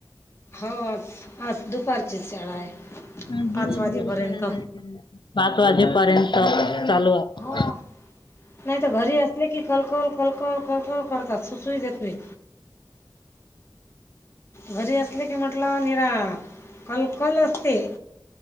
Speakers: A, on the left (about 30°); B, on the left (about 65°).
A: हो आज दुपारचीच शाळा आहे.
B: आ दिवसभर
A: पाच वाजेपर्यंत
B: शाळायच्या पाच वाजेपर्यंत चालू आहे.
A: हो नाही तर घरी असले की कलकल कलकल कर कर करतात सुचुही देत नाही. घरी असले की म्हटलं निरा कलकल असते.